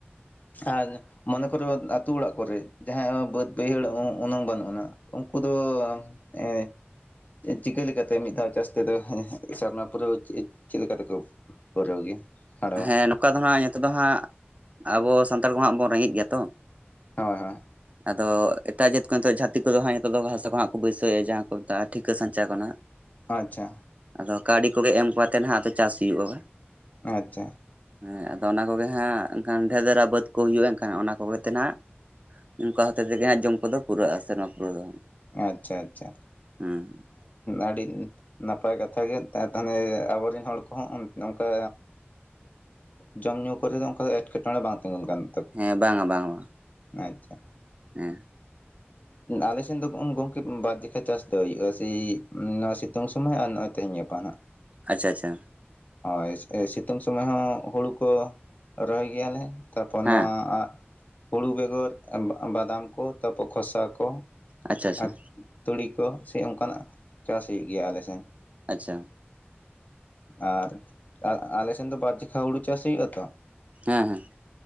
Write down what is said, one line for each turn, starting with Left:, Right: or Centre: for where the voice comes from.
Left: ᱟᱨ ᱢᱚᱱᱮ ᱠᱚᱨᱚ ᱟᱛᱳ ᱚᱲᱟᱜ ᱠᱚᱨᱮ ᱡᱟᱦᱟᱸ ᱵᱟᱹᱫᱽ ᱵᱟᱹᱭᱦᱟᱹᱲ <unintelligible> ᱵᱟᱹᱱᱩᱜ ᱟᱱᱟ, ᱩᱱᱠᱩ ᱫᱚ ᱮ ᱪᱤᱠᱟᱹ ᱞᱮᱠᱟᱛᱮ ᱢᱤᱫᱽᱫᱷᱟᱣ ᱪᱟᱥ ᱛᱮᱫᱚ ᱥᱟᱨᱱᱟ ᱯᱩᱨᱟᱹᱣ ᱪᱮᱫ ᱞᱮᱠᱟ ᱛᱮᱠᱚ ᱯᱩᱨᱟᱣ ᱜᱮ᱾ ᱠᱷᱟᱸᱰᱟᱣᱟ
Right: ᱦᱮᱸ ᱱᱚᱝᱠᱟ ᱫᱚ ᱦᱟᱸᱜ ᱱᱤᱛᱚᱜ ᱫᱚ ᱦᱟᱸᱜ ᱟᱵᱚ ᱥᱟᱱᱛᱟᱲ ᱠᱚ ᱦᱟᱸᱜ ᱵᱚᱱ ᱨᱮᱸᱜᱮᱡ ᱜᱮᱭᱟ ᱛᱚ᱾
Left: ᱦᱳᱭ ᱦᱳᱭ,
Right: ᱟᱫᱚ ᱮᱴᱟᱜ ᱡᱟᱹᱛ ᱠᱚ ᱱᱤᱛ ᱡᱟᱹᱛᱤ ᱠᱚᱫᱚ ᱦᱟᱸᱜ ᱱᱤᱛᱚᱜ ᱫᱚ ᱵᱷᱟᱥᱟ ᱠᱚ ᱦᱟᱸᱜ ᱠᱚ ᱵᱟᱹᱭᱥᱟᱹᱣᱭᱟ ᱡᱟᱦᱟᱸ ᱠᱚ ᱢᱮᱛᱟᱜᱼᱟ᱾ ᱴᱷᱤᱠᱟᱹ ᱥᱟᱧᱪᱟ ᱠᱷᱚᱱᱟᱜ
Left: ᱟᱪᱪᱷᱟ,
Right: ᱟᱫᱚ ᱠᱟᱹᱣᱰᱤ ᱠᱚᱜᱮ ᱮᱢ ᱠᱚᱛᱮ ᱱᱟᱦᱟᱜ ᱟᱫᱚ ᱪᱟᱥ ᱦᱩᱭᱩᱜᱼᱟ, ᱵᱟᱝ-ᱼ
Left: ᱟᱪᱪᱷᱟ,
Right: ᱦᱮᱸ ᱟᱫᱚ ᱚᱱᱟ ᱠᱚᱜᱮ ᱦᱟᱸᱜ ᱮᱱᱠᱷᱟᱱ ᱰᱷᱮᱮᱨ ᱫᱮᱨᱟ ᱵᱟᱹᱫᱽ ᱠᱚ ᱦᱩᱭᱩᱜᱼᱟ ᱮᱱᱠᱷᱟᱱ ᱚᱱᱟ ᱠᱚᱜᱮ ᱛᱮ ᱦᱟᱸᱜ ᱚᱱᱠᱟ ᱦᱚᱛᱮ ᱛᱮᱜᱮ ᱦᱟᱸᱜ ᱡᱚᱢ ᱠᱚᱫᱚ ᱯᱩᱨᱟᱹᱣ-ᱟ ᱥᱮᱨᱢᱟ ᱯᱩᱨᱟᱹᱣ ᱫᱚ᱾
Left: ᱟᱪᱪᱷᱟ ᱟᱪᱪᱷᱟ,
Right: ᱦᱮᱸ
Left: ᱟᱹᱰᱤ ᱱᱟᱯᱟᱭ ᱠᱟᱛᱷᱟᱜᱮ ᱛᱟᱦᱚᱞᱮ ᱟᱵᱚᱨᱮᱱ ᱦᱚᱲ ᱠᱚᱦᱚᱸ ᱚᱱᱠᱟ ᱡᱚᱢᱼ ᱧᱩᱩ ᱠᱚᱨᱮ ᱫᱚ ᱚᱱᱠᱟ ᱫᱚ ᱮᱸᱴᱠᱮᱴᱚᱬᱮ ᱵᱟᱝ ᱛᱤᱜᱩᱱ ᱠᱟᱱᱟ᱾
Right: ᱦᱮᱸ ᱵᱟᱝᱟ ᱵᱟᱝ ᱵᱟᱝ,
Left: ᱟᱪᱪᱷᱟ,
Right: ᱦᱮᱸ
Left: ᱟᱞᱮ ᱥᱮᱫ ᱫᱚ ᱜᱚᱝᱠᱮ ᱵᱟᱨ ᱴᱷᱤᱠᱟᱹ ᱪᱟᱥ ᱫᱚ ᱦᱩᱭᱩᱜᱼᱟ, ᱥᱮ ᱱᱚᱣᱟ ᱥᱤᱛᱩᱝ ᱥᱚᱢᱚᱭ ᱟᱨ ᱱᱚᱜᱚᱭ ᱛᱮᱦᱮᱧ ᱜᱟᱯᱟ ᱦᱟᱜ᱾
Right: ᱟᱪᱪᱷᱟ ᱟᱪᱪᱷᱟ,
Left: ᱦᱳᱭ ᱥᱤᱛᱩᱝ ᱥᱚᱢᱚᱭ ᱦᱚᱸ ᱦᱩᱲᱩ ᱠᱚ ᱨᱚᱦᱚᱭ ᱜᱮᱭᱟ ᱞᱮ ᱛᱟᱨᱯᱚᱨ ᱱᱚᱣᱟ
Right: ᱦᱮᱸ
Left: ᱦᱩᱲᱩ ᱵᱮᱜᱚᱨ ᱵᱟᱫᱟᱢ ᱠᱚ ᱛᱟᱨᱯᱚᱨ ᱥᱚᱥᱟ ᱠᱚ
Right: ᱟᱪᱪᱷᱟ ᱟᱪᱪᱷᱟ
Left: ᱟᱨ ᱛᱩᱲᱤ ᱠᱚ ᱥᱮ ᱚᱱᱠᱟᱱᱟᱜ ᱪᱟᱥ ᱦᱩᱭᱩᱜ ᱜᱮᱭᱟ ᱟᱞᱮ ᱥᱮᱱ᱾
Right: ᱟᱪᱪᱷᱟ,
Left: ᱟᱨ ᱟᱞᱮ ᱥᱮᱱ ᱫᱚ ᱵᱟᱨ ᱴᱷᱤᱠᱟᱹ ‌ᱦᱩᱲᱩ ᱪᱟᱥ ᱦᱩᱭᱩᱜ- ᱟ ᱛᱚ᱾
Right: ᱦᱮᱸ ᱦᱮᱸ